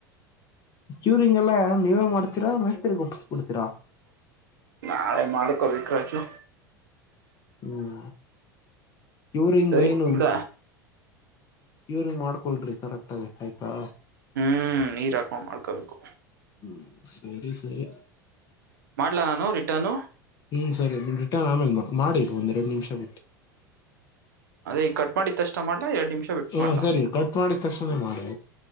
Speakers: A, on the left; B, on the right.
A: ಪುರ್ನಿಂಗ್ ಎಲ್ಲ ನೀವೇ ಮಾಡ್ತೀರಾ ಮೆಸ್ರಿಗೆ ಒಪ್ಪಿಸಿ ಬಿಡ್ತೀರಾ.
B: ನಾವೇ ಮಾಡ್ಕೊಬೇಕು ರಾಜು.
A: ಹ್ಮ್ ಇವ್ರಂಗ
B: ಸರಿ
A: ಮೈನ್.
B: ಬಿಡ
A: ಪುರ್ನಿಂಗ್ ಮಾಡ್ಕೊಳ್ರಿ ಕರೆಕ್ಟ್ ಆಗಿ ಆಯ್ತಾ.
B: ಹ್ಮ್ ನೀರ್ಾಕೊಂಡ್ ಮಾಡ್ಕೊಬೇಕು
A: ಹ್ಮ್ ಸರಿ ಸರಿ
B: ಮಾಡಲ ನಾನು ರಿಟರ್ನು.
A: ಹ್ಮ್ ಸರಿ ನೀ ರಿಟರ್ನ್ ಆಮೇಲೆ ಮಾಡಿ ಒಂದೆರಡು ನಿಮಿಷ ಬಿಟ್ಟು.
B: ಅದೇ ಈ ಕಟ್ ಮಾಡಿದತ್ತಷ್ಟ ಮಾಡ್ಲಾ ಎರಡ್ ನಿಮಿಷ ಬಿಟ್ಟು
A: ಹಾ
B: ಮಾಡ್ಲಾ.
A: ಸರಿ ಕಟ್ ಮಾಡಿದ ತಕ್ಷನೇ ಮಾಡಿ ಆಯ್ತು.